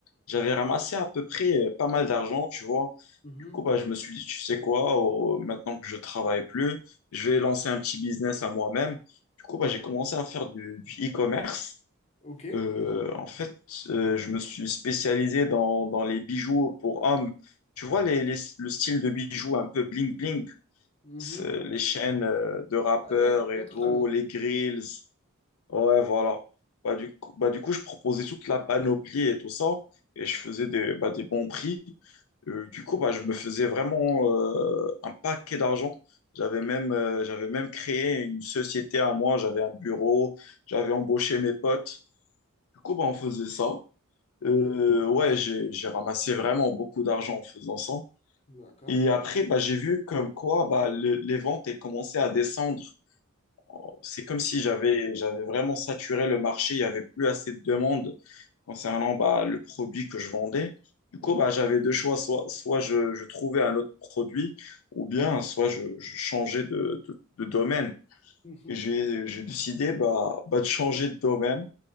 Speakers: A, on the left (about 85°); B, on the left (about 30°).
A: j'avais ramassé à peu près euh, pas mal d'argent, tu vois.
B: Mhm.
A: Du coup, bah, je me suis dit, tu sais quoi, euh, maintenant que je travaille plus, je vais lancer un petit business à moi-même. Du coup, bah, j'ai commencé à faire du, du e-commerce.
B: Ok.
A: Euh, en fait, euh, je me suis spécialisé dans, dans les bijoux pour hommes. Tu vois, les, les- le style de bijoux un peu bling-bling,
B: Mhm.
A: les chaînes euh, de rappeurs
B: Ouais, ouais, je
A: et
B: vois totalement.
A: tout, les grills. Ouais, voilà. Bah, du coup, bah, du coup, je proposais toute la panoplie et tout ça, et je faisais des, bah, des bons prix. Euh, du coup, bah, je me faisais vraiment euh, un paquet d'argent. J'avais même, euh, j'avais même créé une société à moi, j'avais un bureau, j'avais embauché mes potes. Du coup, bah, on faisait ça. Euh, ouais, j'ai, j'ai ramassé vraiment beaucoup d'argent en faisant ça.
B: D'accord.
A: Et après, bah, j'ai vu comme quoi bah, le- les ventes elles commençaient à descendre Oh, c'est comme si j'avais j'avais vraiment saturé le marché, il n'y avait plus assez de demandes concernant bah, le produit que je vendais. Du coup,
B: Mhm.
A: bah, j'avais deux choix, soit, soit je, je trouvais un autre produit, ou bien soit je, je changeais de, de, de domaine.
B: Mhm.
A: Et j'ai, j'ai décidé bah, bah, de changer de domaine.